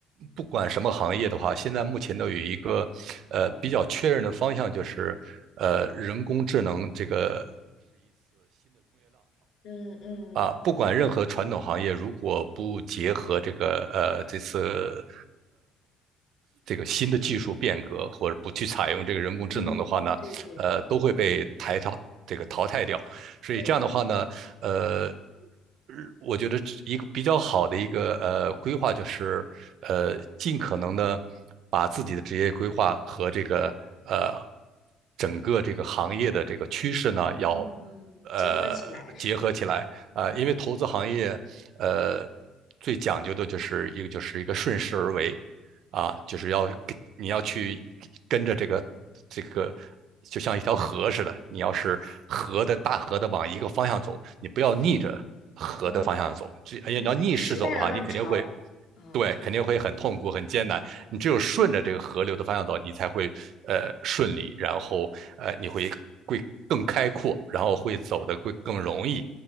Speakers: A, on the right (about 65°); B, on the left (about 60°).
A: 不管什么行业的话，现在目前都有一个呃比较确认的方向，就是呃人工智能这个
B: 嗯嗯
A: 啊，不管任何传统行业，如果不结合这个呃这次这个新的技术变革，或者不去采用这个人工智能的话呢，
B: 嗯，对对对
A: 呃，都会被抬到这个淘汰掉。所以这样的话呢，
B: 对，
A: 呃，我觉得一个比较好的一个呃规划就是，呃，尽可能的把自己的职业规划和这个呃整个这个行业的这个趋势呢，要
B: 嗯，
A: 呃结合起来啊、
B: 结合起来是吗？嗯
A: 呃因为投资行业呃最讲究的就是一个就是一个顺势而为，啊，就是要跟你要去跟着这个这个，就像一条河似的，你要是河的大河的往一个方向走，你不要逆着河的方向走，
B: 嗯。
A: 这哎呀，
B: 对，
A: 你要逆势走的话，
B: 时代的浪潮，
A: 你肯定会。
B: 嗯，
A: 对，肯定会很痛苦、很艰难。你只有顺着这个河流的方向走，你才会呃顺利，
B: 嗯
A: 然后呃你会会更开阔，然后会走得会更容易。